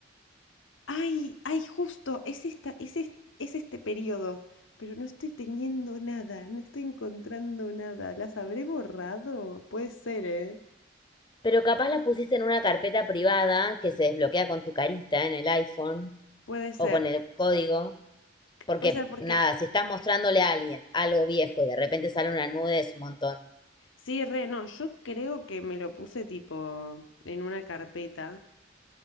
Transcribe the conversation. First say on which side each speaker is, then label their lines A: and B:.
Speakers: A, on the left (about 80°); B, on the left (about 25°).
A: Ay, ay, justo, es esta, es es es este periodo. Pero no estoy teniendo nada, no estoy encontrando nada. ¿Las habré borrado? Puede ser, ¿eh?
B: Pero capaz la pusiste en una carpeta privada que se desbloquea con tu carita en el iPhone.
A: Puede ser.
B: o con el código, porque
A: Puede ser porque.
B: nada, si estás mostrándole a alguien algo viejo y de repente sale una nube es un montón.
A: Sí, re, no, yo creo que me lo puse tipo en una carpeta.